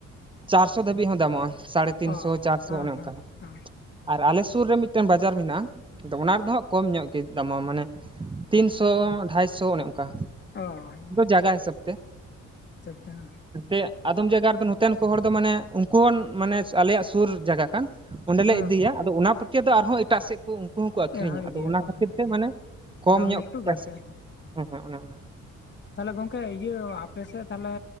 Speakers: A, on the right; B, on the left.
A: ᱪᱟᱨᱥᱚ ᱫᱷᱟᱹᱵᱤᱡ ᱦᱚᱸ ᱫᱟᱢᱚᱜᱼᱟ ᱥᱟᱲᱮ ᱛᱤᱱᱥᱚ
B: ᱚ
A: ᱪᱟᱨᱥᱚ
B: ᱦᱮᱸ
A: ᱚᱱᱮ ᱚᱱᱠᱟ᱾
B: ᱦᱮᱸ ᱦᱮᱸ
A: ᱟᱨ ᱟᱞᱮ ᱥᱩᱨ ᱨᱮ ᱢᱤᱫᱴᱮᱱ ᱵᱟᱡᱟᱨ ᱢᱮᱱᱟᱜᱼᱟ᱾ ᱟᱫᱚ ᱚᱱᱟ ᱨᱮᱫᱚ ᱦᱟᱸᱜ ᱠᱚᱢ ᱧᱚᱜ ᱜᱮ ᱫᱟᱢᱚᱜ ᱢᱟᱱᱮ ᱛᱤᱱᱥᱚ ᱰᱟᱭᱥᱚ ᱚᱱᱮ ᱚᱱᱠᱟ᱾
B: ᱚᱻ
A: ᱡᱜᱟ ᱦᱤᱥᱟᱹᱵ
B: ᱛᱮ ᱦᱮᱸ
A: ᱛᱮ ᱟᱫᱚᱢ ᱡᱟᱭᱜᱟ ᱫᱚ ᱱᱚ ᱛᱮᱱ ᱠᱚ ᱦᱚᱲ ᱫᱚ ᱢᱟᱱᱮ ᱩᱱᱠᱩ ᱢᱟᱱᱮ ᱟᱞᱮᱭᱟᱜ ᱥᱩᱨ ᱡᱟᱭᱜᱟ ᱠᱟᱱ ᱚᱸᱰᱮᱞᱮ
B: ᱦᱮᱸ
A: ᱤᱫᱤᱭᱟ ᱟᱫᱚ ᱚᱱᱟ ᱯᱟᱹᱴᱭᱟᱹ ᱫᱚ ᱟᱨᱦᱚᱸ ᱮᱴᱟᱜ ᱥᱮᱫ ᱠᱚ ᱩᱱᱠᱩ ᱦᱚᱸᱠᱚ ᱟᱠᱷᱨᱤᱧᱟ
B: ᱦᱮᱸ
A: ᱟᱫᱚ
B: ᱤᱫᱤᱭᱟᱠᱚ
A: ᱚᱱᱟ ᱠᱷᱟᱹᱛᱤᱨ
B: ᱦᱮᱸ
A: ᱛᱮ ᱢᱟᱱᱮ ᱠᱚᱢ
B: ᱫᱟᱢ
A: ᱧᱚᱜ
B: ᱮᱠᱴᱩ
A: ᱯᱚᱭᱥᱟ
B: ᱵᱟᱹᱲᱛᱤ
A: ᱦᱮᱸ ᱦᱮᱸ ᱚᱱᱮ ᱚᱱᱟ
B: ᱛᱟᱦᱞᱮ ᱜᱚᱝᱠᱮ ᱤᱭᱟᱹ ᱟᱯᱮᱥᱮᱫ ᱛᱟᱦᱞᱮ